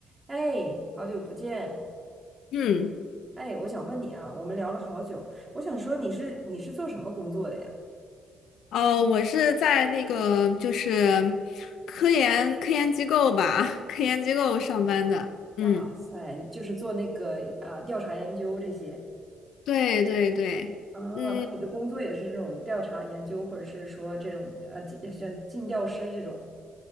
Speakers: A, on the right; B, on the left.
A: 哎，好久不见！
B: 嗯，
A: 哎，我想问你啊，我们聊了好久，我想说你是你是做什么工作的呀？
B: 哦，我是在那个就是科研科研机构吧，<laughs> 科研机构上班的。
A: 哇塞，
B: 嗯，
A: 就是做那个啊调查研究这些
B: 对对对，
A: 啊，
B: 嗯，
A: 那你的工作也是这种调查研究，或者是说这种呃尽像尽调师这种